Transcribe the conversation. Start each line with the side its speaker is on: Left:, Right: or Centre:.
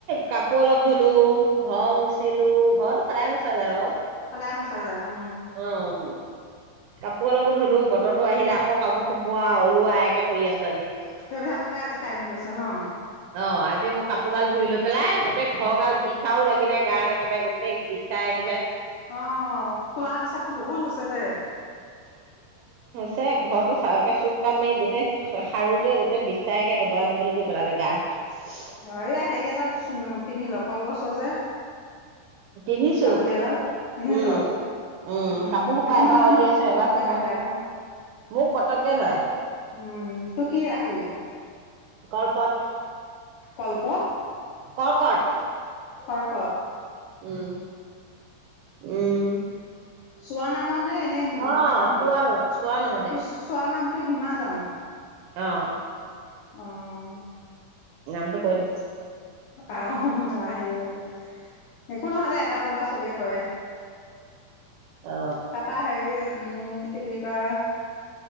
Right: কাপোৰ অলপ ধুলোঁ, ঘৰ মচিলোঁ, ঘৰটো সদায় মোচা যায় বাৰু।
Left: কাই মছা যায় অ'!
Right: অ' উ কাপোৰ অলপোঁ ধুলোঁ বতৰ তো আহিলে, আকৌ কাপোৰ সোমোৱা ওলোৱা একে কৰি আছোঁ আজি।
Left: সেইবাৰ কৰি থাকোতে আজি টাইম গৈছ ন?
Right: অ' আজি মোৰ কাপোৰ গাল ধুই লৈ পেলাই, গোটেই ঘৰ গাল বিচাও লাগিলে গাত, একেবাৰে গোটেই বিচাই
Left: আহ ক'লা পিছাটো বহুত হৈছে যে
Right: চেক। ঘৰৰতো চাহকে চুক কাণ মাৰি গোটেই হাৰুতে গোটে বিচায়ে একে দবলা দবলি কৰি পেলালে আৰু। উম!
Left: অ' এই হেৰি এটা উ পিন্ধি ল, কলগছৰ যে
Right: পিন্ধিছো,
Left: বাকলি এডাল
Right: উম!
Left: পিন্ধি
Right: উম!
Left: চ। উম,
Right: কাপোৰ সোপা
Left: কিছুমান
Right: এবাৰ
Left: মানুহক
Right: উলিয়াইছো,
Left: পতককে
Right: এবাৰ সোমাইছো,
Left: কাটে আকৌ।
Right: মোক পতককে ধৰে।
Left: উম, এইটো কি ৰাখি
Right: কৰ্কত।
Left: কল্প?
Right: কৰ্কট।
Left: কৰ্কত!
Right: উম! উম!
Left: চোৱা নামৰ নে?
Right: অ
Left: মাতাৰ নামটো,
Right: চোৱা নম চোৱা নমতে
Left: ত চোৱা নামটো হিমা জান। অ'!
Right: অ'হ।
Left: উম,
Right: নামটো কৈ দিছে
Left: কাৰ হ'ব নালাগে। হে গ'ল দে, একো নহয় দে এবাৰ দুবাৰ চবেই কৰে।
Right: অ
Left: তাপা হেৰি উম কি বুলি কয় কা